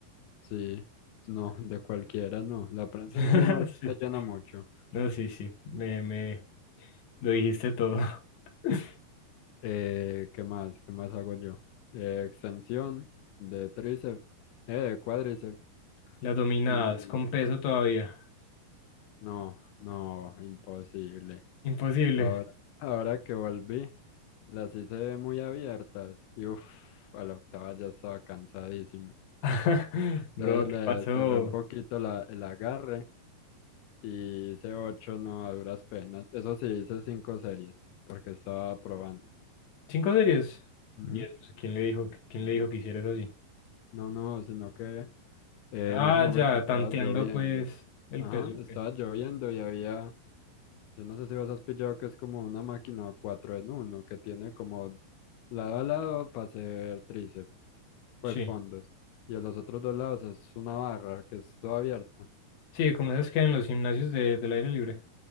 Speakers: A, on the left (about 80°); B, on the left (about 55°).
A: sí, no, de cualquiera no. La prensa
B: <laughs>
A: llena es Smurfit
B: Sí.
A: la llena mucho.
B: No, sí, sí. Me, me lo dijiste todo. <laughs>
A: Eh, ¿qué más? ¿Qué más hago yo? Eh, extensión de tríceps, eh, de cuádriceps.
B: Las dominadas
A: Y
B: con peso todavía.
A: no, no, imposible.
B: Imposible.
A: Ahora, ahora que volví, las hice muy abiertas. Y uff, a la octava ya estaba cansadísimo.
B: <laughs> Bro,
A: Entonces
B: ¿qué
A: le
B: pasó?
A: cerré un poquito la, el agarre y hice ocho no a duras penas. Eso sí, hice cinco series porque estaba probando.
B: ¿Cinco series?
A: Ujú.
B: ¿Y eso? O sea, ¿Quién le dijo, que- quién le dijo que hicieras así?
A: No, no, sino que eh,
B: Ah,
A: en ese momento
B: ya,
A: estaba
B: tanteando
A: lloviendo.
B: pues el
A: Ajá,
B: peso.
A: estaba
B: ¿qué?
A: lloviendo y había, yo no sé si vos has pillado que es como una máquina cuatro en uno que tiene como lado a lado para hacer tríceps, pues
B: Sí.
A: fondos. Y a los otros dos lados es una barra que es todo abierta.
B: Sí, como esas que hay en los gimnasios de, del aire libre.